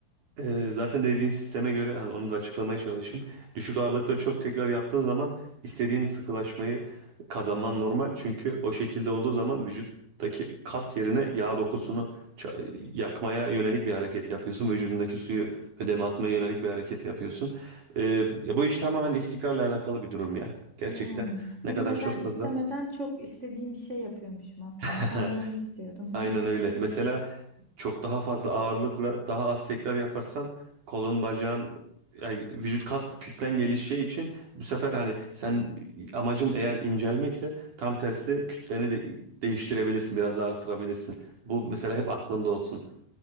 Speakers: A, on the right; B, on the right.
A: Ee, zaten dediğin sisteme göre yani onu da açıklamaya çalışayım. Düşük ağırlıkta çok tekrar yaptığın zaman istediğin sıkılaşmayı kazanman normal. Çünkü o şekilde olduğu zaman vücuttaki kas yerine yağ dokusunu ça- yakmaya yönelik bir hareket yapıyorsun. Vücudundaki suyu ödeme atmaya yönelik bir hareket yapıyorsun. Ee, ya bu iş tamamen istikrarla alakalı bir durum ya. Gerçekten
B: Ya
A: ne
B: bilmeden
A: kadar çok
B: istemeden
A: fazla.
B: çok istediğim bir şey yapıyormuşum aslında.
A: <laughs>
B: Tam da onu istiyordum.
A: Aynen
B: <laughs>
A: öyle. Mesela çok daha fazla ağırlıkla daha az tekrar yaparsan kolun bacağın yani vücut kas kütlen gelişeceği için bu sefer hani sen amacın eğer incelmekse tam tersi kütleni de değiştirebilirsin biraz da arttırabilirsin. Bu mesela hep aklında olsun.